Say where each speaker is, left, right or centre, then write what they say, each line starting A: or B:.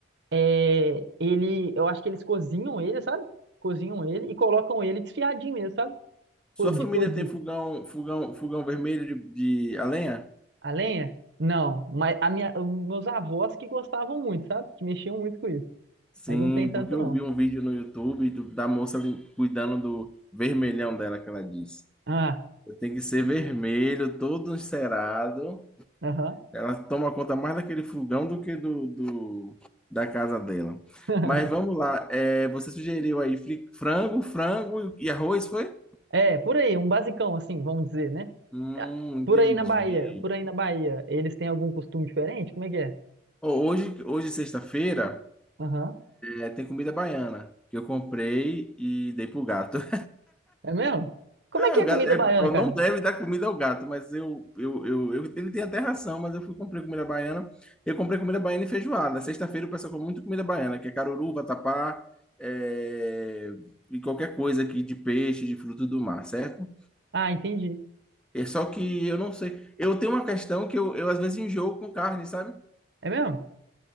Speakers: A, on the right (about 65°); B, in the centre.
A: é ele, eu acho que eles cozinham ele, sabe? Cozinham ele e colocam ele desfiadinho mesmo, sabe?
B: <laughs> Sua
A: Co- De
B: família
A: cozido.
B: tem fogão, fogão, fogão vermelho de, de a lenha?
A: A lenha? Não, mas a minha, os meus avós que gostavam muito, sabe? Que mexiam muito com isso.
B: Sim,
A: Mas não tem tanto,
B: porque eu
A: não.
B: vi um vídeo no YouTube do- da moça lim- cuidando do vermelhão dela, que ela disse.
A: Ah,
B: Tem que ser vermelho, todo encerado.
A: aham.
B: Ela toma conta mais daquele fogão do que do, do- da casa dela.
A: <laughs>
B: Mas vamos lá. É, você sugeriu aí fri- frango, frango e arroz, foi?
A: É, por aí, um basicão, assim, vamos dizer, né?
B: Hum,
A: Ah,
B: entendi.
A: Por aí na Bahia, por aí na Bahia, eles têm algum costume diferente? Como é que é?
B: Ó, Hoje, hoje sexta-feira,
A: Aham.
B: é, tem comida baiana que eu comprei e dei pro gato. <laughs>
A: É mesmo? Como
B: Ah,
A: é que é
B: o gato,
A: comida
B: é,
A: baiana,
B: ó,
A: cara?
B: não deve dar comida ao gato, mas eu, eu, eu, eu- ele tem até ração, mas eu fui comprei comida baiana. Eu comprei comida baiana e feijoada. Sexta-feira o pessoal come muito comida baiana, que é caruru, vatapá, é, e qualquer coisa aqui de peixe, de fruto do mar, certo?
A: Ah, entendi.
B: É só que eu não sei. Eu tenho uma questão que eu, eu às vezes enjoo com carne, sabe?
A: É mesmo?